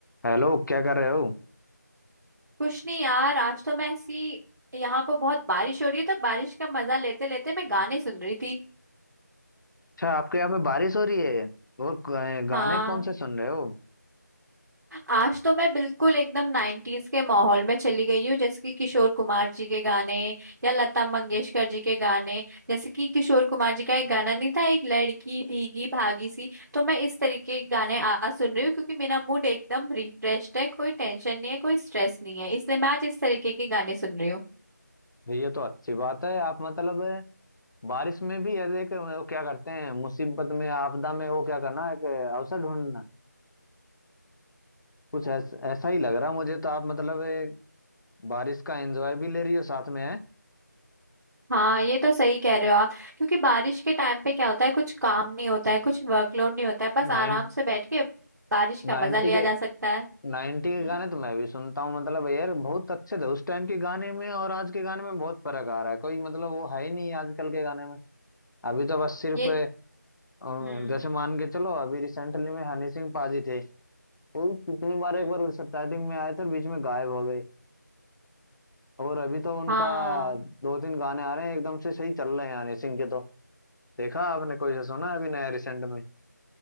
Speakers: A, on the left; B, on the right.
A: Hello क्या कर रहे हो
B: कुछ नहीं यार आज तो मैं ऐसी यहाँ को बहुत बारिश हो रही है तो बारिश का मजा लेते लेते मैं गाने सुन रही थी
A: अच्छा आपके यहाँ पे बारिश हो रही है और क- गाने
B: हाँ
A: कौन से सुन रहे हो
B: आज तो मैं बिल्कुल एकदम नाइन्टीज के माहौल में चली गई हूँ जैसे कि किशोर कुमार जी के गाने या लता मंगेशकर जी के गाने जैसे कि किशोर कुमार जी का एक गाना नहीं था एक लड़की भीगी भागी सी तो मैं इस तरीके के गाने आज सुन रही हूँ क्योंकि मेरा मूड एकदम रिफ्रेश्ड है कोई टेंशन नहीं है कोई स्ट्रेस नहीं है इसलिए मैं आज इस तरीके के गाने सुन रही हूँ
A: ये तो अच्छी बात है आप मतलब बारिश में भी ऐसे एक वो क्या करते हैं मुसीबत में आपदा में वो क्या करना एक अवसर ढूंढना कुछ ऐस, ऐसा ही लग रहा मुझे तो आप मतलब एक बारिश का एंजॉय भी ले रही हो साथ में है
B: हाँ ये तो सही कह रहे हो आप क्योंकि बारिश के टाइम पे क्या होता है कुछ काम नहीं होता है कुछ वर्कलोड नहीं होता है बस
A: नाइन
B: आराम से बैठ के बारिश का
A: नाइन्टी
B: मजा लिया
A: के
B: जा सकता है
A: नाइन्टी
B: हम्म
A: के गाने तो मैं भी सुनता हूँ मतलब यार बहुत अच्छे थे उस टाइम के गाने में और आज के गाने में बहुत फर्क आ रहा है कोई मतलब वो है ही नहीं आजकल के गाने में अभी तो बस सिर्फ
B: ये
A: अ,
B: हम्म
A: जैसे मान के चलो अभी रिसेंटली में हनी सिंह पाजी थे वो कितनी बार
B: हम्म
A: एक बार स्टार्टिंग में आए थे और बीच में गायब हो गए और अभी तो उनका
B: हाँ
A: दो तीन गाने आ रहे हैं एकदम से सही चल रहे हैं हनी सिंह के तो देखा आपने कोई से सुना है अभी नया रिसेंट में